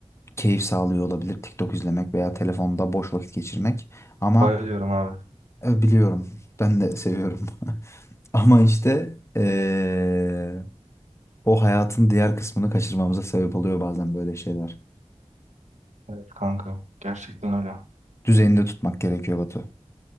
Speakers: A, on the left; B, on the right.
A: keyif sağlıyor olabilir TikTok izlemek veya telefonda boş vakit geçirmek. Ama
B: Bayılıyorum abi.
A: e, biliyorum ben de seviyorum. <laughs> Ama işte e, o hayatın diğer kısmını kaçırmamıza sebep oluyor bazen böyle şeyler.
B: Evet kanka. Gerçekten öyle.
A: Düzeninde tutmak gerekiyor Batu.